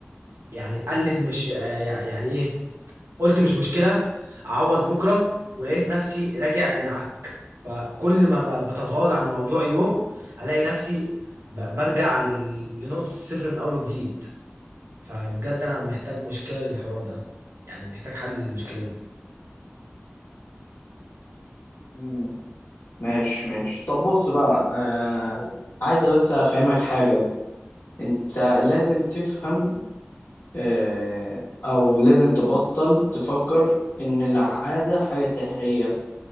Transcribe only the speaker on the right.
يعني قلت مش آه، يعني ايه قلت مش مشكلة أعوض بكرة ولقيت نفسي راجع للعك فكل ما ب- بتغاضى عن الموضوع يوم ألاقي نفسي ب- برجع لل... لنقطة الصفر من أول وجديد فبجد أنا محتاج مشكلة للحوار ده يعني محتاج حل للمشكلة دي